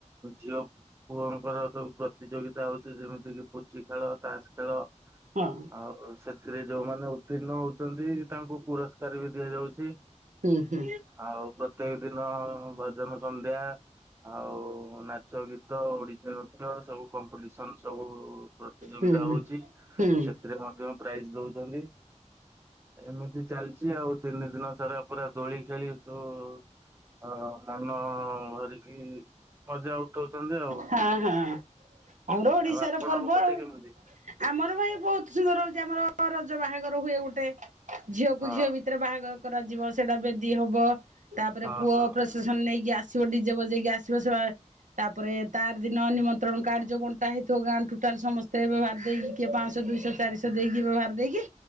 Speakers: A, on the right; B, on the right.
A: ଝିଅ ପୁଅଙ୍କର ସବୁ ପ୍ରତିଯୋଗିତା ହଉଚି ଯେମିତି କି ପୁଚି ଖେଳ ତାସ ଖେଳ।
B: ହଁ
A: ଆଉ ସେଥିରେ ଯୋଉମାନେ ଉତ୍ତୀର୍ଣ୍ଣ ହଉଚନ୍ତି ତାଙ୍କୁ ପୁରସ୍ କାର ବି ଦିଆଯାଉଚି।
B: ହୁଁ ହୁଁ
A: ଆଉ ପ୍ରତ୍ୟେକ ଦିନ ଭଜନ ସନ୍ଧ୍ୟା ଆଉ ନାଚ ଗୀତ ଓଡିଶୀ ନୃତ୍ୟ ସବୁ କମ୍ପିଟିସନ ସବୁ ପ୍ରତିଯୋଗିତା
B: ହୁଁ ହୁଁ
A: ହଉଚି।
B: ହୁଁ।
A: ଥିରେ ମଧ୍ଯ ପ୍ରାଇଜ ଦଉଚନ୍ତି ଏମିତି ଚାଲ ସବୁ ତିନି ଦିନ ସାରା ପୁରା ଦୋଳି ଖେଳି ତୁ ହ ମାନ ଭରିକି ମଜା ଉଠ ଉଠଉ ଚନ୍ତି ଆଉ
B: ହଁ ହଁ ଆମର ଓଡିଶାର
A: ଆଉ ଆପଣଙ୍କ
B: ପର୍ବ
A: ପଟେ
B: ଆଉ।
A: କେମିତି?
B: ଆମର ଭାଇ ବହୁତ ସୁନ୍ଦର ହଉଚି ଆମର ରଜ ବାହାଘର ହୁଏ ଗୋଟେ ଝିଅକୁ
A: ହଁ
B: ଝିଅ ବି ଥିରେ ବାହାଘର କରାଯିବ। ସେଟା ବେଦୀ ହବ। ତାପରେ
A: ହଁ
B: ପୁଅ
A: ହଁ
B: ପ୍ରସ୍ ସେସନ ନେଇକି ଆସିବ ଡିଜେ ବଜେଇକି ଆସିବ ସେବା ତାପରେ ତାର ଦିନ ନିମନ୍ତ୍ରଣ କାର୍ଡ ଯୋଉ ବଣ୍ଟା ହେଇଥିବ ଗାଁ ଟୁଟାଲ ସମେସ୍ତେ ହେବେ ବାଧ୍ୟ ହେଇକି କିଏ ପାଞ୍ଚଶହ ଦୁଇଶହ ଚାରିଶହ ତ ଦେଇକି ବ୍ୟବହାର ଦେଇକି